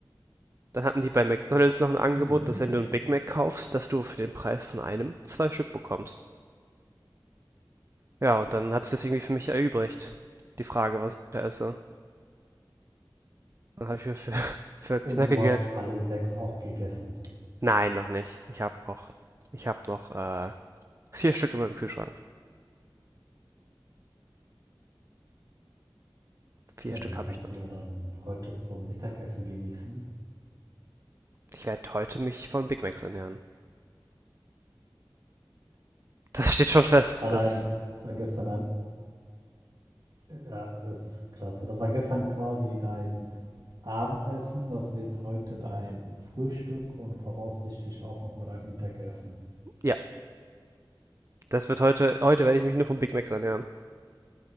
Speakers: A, on the right; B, on the right.
A: Dann hatten die bei McDonald's noch ein Angebot,
B: Mhm.
A: dass wenn du einen Big Mac kaufst, dass du für den Preis von einem zwei Stück bekommst. Ja, und dann hat es das irgendwie für mich erübrigt. Die Frage, was ich da esse. Dann habe ich mir für, <laughs> für knackige.
B: Und du hast alle sechs auch gegessen.
A: Nein, noch nicht. Ich habe noch. Ich habe noch äh, vier Stück in meinem Kühlschrank. Vier
B: Ja,
A: Stück
B: die kannst
A: habe ich noch.
B: du ja dann heute zum Mittagessen genießen.
A: Ich werde heute mich von Big Macs ernähren. Das steht schon fest.
B: Das war dein,
A: Das,
B: das war gestern ein, äh, ja, das ist klasse. Das war gestern quasi dein Abendessen, das wird heute dein Frühstück und voraussichtlich auch nochmal dein Mittagessen.
A: ja, das wird heute, heute werde ich mich nur von Big Macs ernähren.